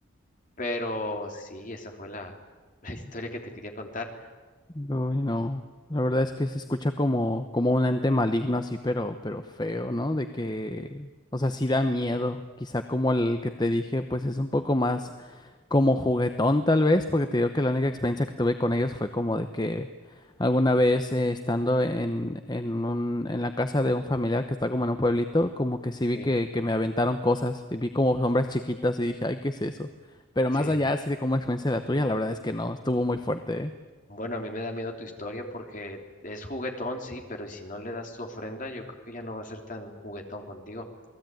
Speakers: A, on the left; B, on the left.
A: pero sí, esa fue la, <laughs> la historia que te quería contar.
B: Uy, no. La verdad es que se escucha como, como un ente maligno así, pero, pero feo, ¿no? De que, o sea, sí da miedo. Quizá como el que te dije, pues es un poco más como juguetón tal vez, porque te digo que la única experiencia que tuve con ellos fue como de que alguna vez eh, estando en, en un, en la casa de un familiar que está como en un pueblito, como que sí vi
A: Sí,
B: que, que me aventaron cosas y vi como sombras chiquitas y dije, ay, ¿qué es eso? Pero
A: sí.
B: más allá así de como experiencia de la tuya, la verdad es que no, estuvo muy fuerte, ¿eh?
A: Bueno, a mí me da miedo tu historia porque es juguetón, sí, pero y si no le das tu ofrenda, yo creo que ya no va a ser tan juguetón contigo.